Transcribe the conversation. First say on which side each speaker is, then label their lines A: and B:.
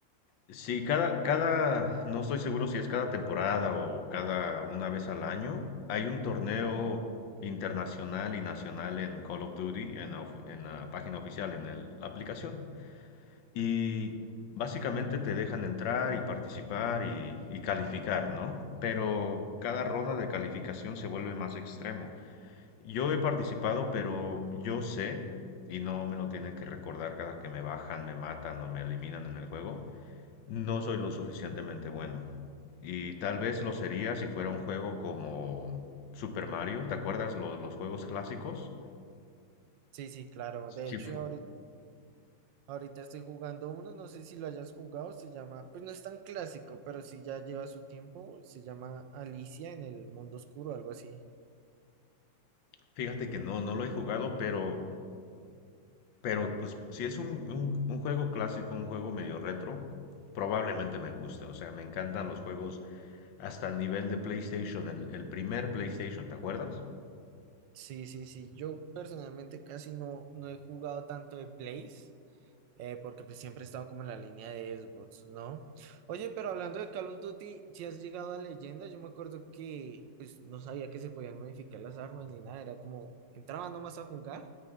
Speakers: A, on the left; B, on the right.
A: Sí, cada, cada, no estoy seguro si es cada temporada o cada una vez al año, hay un torneo internacional y nacional en Call of Duty, en la, of- en la página oficial, en el- la aplicación. Y básicamente te dejan entrar y participar y, y calificar, ¿no? Pero cada ronda de calificación se vuelve más extremo. Yo he participado, pero yo sé, y no me lo tienen que recordar cada que me bajan, me matan o me eliminan en el juego, no soy lo suficientemente bueno. Y tal vez lo sería si fuera un juego como Super Mario, ¿te acuerdas lo- los juegos clásicos?
B: Sí, sí, claro.
A: Sí,
B: De hecho,
A: fu-
B: ahorita Ahorita estoy jugando uno, no sé si lo hayas jugado, se llama, pues no es tan clásico, pero sí ya lleva su tiempo, se llama Alicia en el mundo oscuro, algo así.
A: fíjate que no, no lo he jugado, pero, pero pues si es un, un, un juego clásico, un juego medio retro, probablemente me guste. O sea, me encantan los juegos hasta el nivel de PlayStation, el, el primer PlayStation, ¿te acuerdas?
B: Sí, sí, sí, yo personalmente casi no, no he jugado tanto de Plays, eh, porque pues siempre he estado como en la línea de Xbox, ¿no? Oye, pero hablando de Call of Duty, si has llegado a Leyenda, yo me acuerdo que pues no sabía que se podían modificar las armas ni nada, era como, entraba nomás a jugar